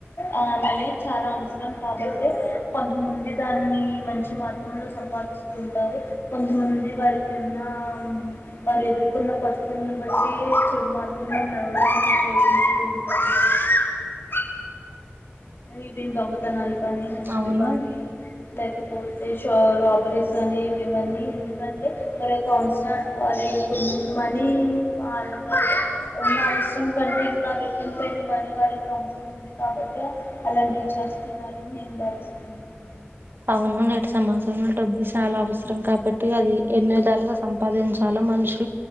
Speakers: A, on the left (about 60°); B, on the right (about 55°).
A: ఆ మళ్ళీ చాలా అవసరం కాబట్టి కొంత మంది దాన్ని మంచి మార్గంలో సంపాదిస్తూ ఉంటారు కొంతమంది వారికి ఉన్న వారు ఎదుర్కొన్న పరిస్థితుల్ని బట్టి చెడు మార్గంంలో నడవడానికి ంట <unintelligible> ఈవిన్ దొంగతనాలు కానీ హత్యలు
B: అవును
A: కానీ లేకపోతే రాబరీస్ అనివి ఇవన్నీ ఎందుకంటే మరి కన్స్ట వారి కు మనీ వాళ్ళకు ఉన్న అవసరం కంటే ఇంకా రెట్టింపై మనీ వారికి అవసరం ఉంది కాబట్టి అలాంటివి చేస్తున్నారని నేను భావిస్తున్నాను
B: అవును నేటి సమాజాంలో డబ్బు ఇది చాలా అవసరం కాబట్టి అది ఎన్ని విధాలుగా సంపాదించాలో మనుషి